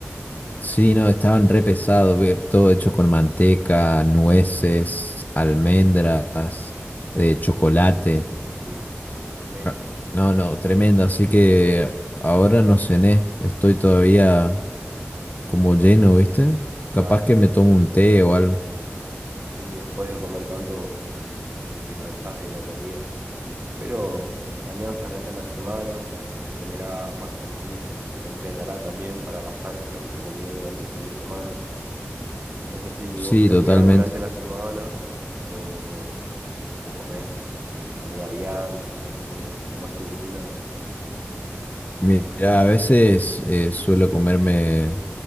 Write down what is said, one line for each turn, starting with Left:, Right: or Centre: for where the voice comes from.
Left: Sí, no, estaban re pesados. ve, Todo hecho con manteca, nueces, almendras, eh, chocolate.
Right: Uf, tremendo.
Left: Ah, No, no, tremendo. Así que ahora no cené. Estoy todavía. como lleno, ¿viste? Capaz
Right: Claro.
Left: que me tomo un té o algo.
Right: Sí, después de comer tanto, te, te cansás de la comida. Pero mañana se arranca la semana, se comerá más tranquilo. Se entrenará también para bajar lo que se comió durante el fin de semana. No sé si
Left: Sí,
Right: vos te
Left: totalmente.
Right: cuidás durante la semana o, o comés alguna vianda, no sé cómo, cómo es tu rutina,
Left: Mira, a veces eh, suelo comerme